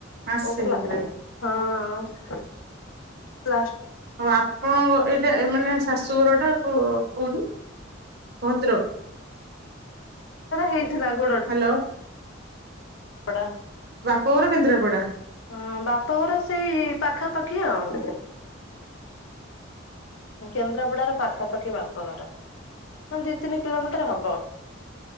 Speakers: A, on the right; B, on the left.
A: ମାସେ
B: ଓ ପ
A: ହେଇଗଲା
B: ହଁ ପ <unintelligible>
A: ଆଉ ଆପଣଙ୍କ ଏଇଟା ମାନେ ଶାଶୁଘର ଟା କୋଉଠି ଭଦ୍ରକ?
B: ହେଇଥିଲା ଗୋଡ।
A: ହ୍ୟାଲୋ-
B: କପଡ଼ା-
A: ବାପଘର କେନ୍ଦ୍ରାପଡା।
B: ହଁ ବାପଘର ସେଇ ପାଖାପାଖି ଆଉ। କେନ୍ଦ୍ରାପଡାର ପାଖାପାଖି ବାପଘର ହ ଦିଇ ତିନି କିଲୋମିଟର ହବ।